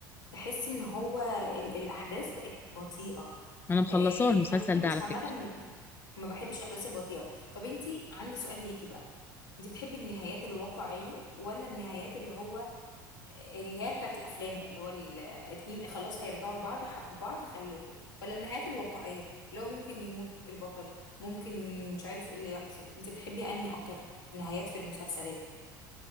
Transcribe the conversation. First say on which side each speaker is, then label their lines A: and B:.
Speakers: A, on the left; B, on the left.
A: تحس إن هو ال... الأحداث بقت بطيئة
B: انا مخلصاه
A: إيه...
B: المسلسل
A: أنا ما بحبش
B: ده على
A: عامة
B: فكرة
A: ما بحبش الأحداث البطيئة طب أنتي عندي سؤال ليكي بقى أنتي بتحبي النهايات الواقعية ولا النهايات اللي هو اللي هي بتاعت الافلام بقى اللي هو الاتنين خلاص هيرجعوا لبعض حبوا بعض خلفوا ولا النهايات الواقعية اللي هو ممكن يموت البطل ممكن مش عارف ايه اللي يحصل انت بتحبي انهي اكتر نهايات في المسلسلات